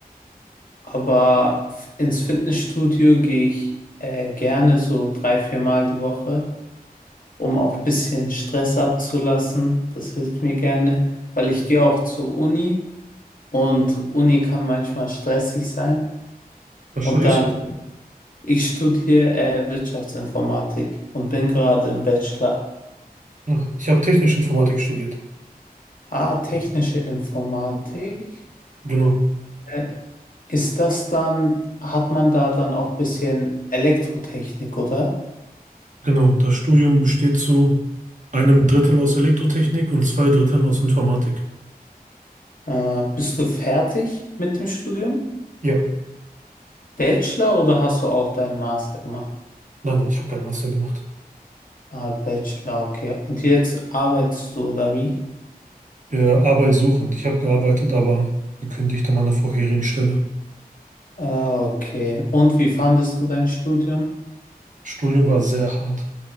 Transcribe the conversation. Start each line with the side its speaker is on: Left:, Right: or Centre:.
Left: Aber f- ins Fitnessstudio gehe ich äh, gerne so drei, vier Mal die Woche, um auch ein bisschen Stress abzulassen. Das hilft mir gerne, weil ich gehe auch zur Uni und Uni kann manchmal stressig sein.
Right: Was
Left: Und
Right: studierst
Left: da
Right: du denn?
Left: Ich studiere äh, Wirtschaftsinformatik und bin gerade im Bachelor.
Right: Ach, ich habe technische Informatik studiert.
Left: Ah, technische Informatik.
Right: Genau.
Left: Äh, ist das dann, hat man da dann auch ein bisschen Elektrotechnik, oder?
Right: Genau. Das Studium besteht zu einem Drittel aus Elektrotechnik und zwei Dritteln aus Informatik.
Left: Äh, bist du fertig mit dem Studium?
Right: Ja.
Left: Bachelor oder hast du auch deinen Master gemacht?
Right: Nein, nein, ich habe keinen Master gemacht.
Left: Ah, Bachelor, okay. Und jetzt arbeitest du, oder wie?
Right: Äh, arbeitssuchend. Ich habe gearbeitet, aber gekündigt an meiner vorherigen Stelle.
Left: Ah, okay. Und wie fandest du dein Studium?
Right: Studium war sehr hart.